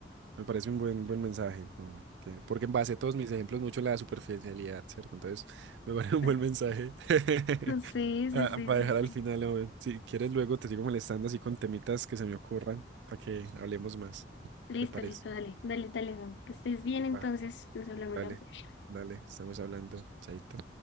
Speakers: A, on the right (about 75°); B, on the left (about 75°).
A: me parece un buen, buen mensaje. hombre, que- porque en base a todos mis ejemplos mucho la superficialidad, ¿cierto? Entonces, <laughs> me parece
B: <laughs>
A: un buen mensaje <laughs>
B: Sí, sí,
A: Ah,
B: sí,
A: para
B: sí,
A: dejar
B: sí.
A: al final. hombre. Si quieres, luego te sigo molestando así con temitas que se me ocurran para que hablemos más.
B: Listo,
A: ¿Te parece?
B: listo, dale, dale, dale, Gabo. Que estés bien, entonces
A: Va,
B: nos hablamos
A: dale,
B: la próxima.
A: dale, estamos hablando, chaito.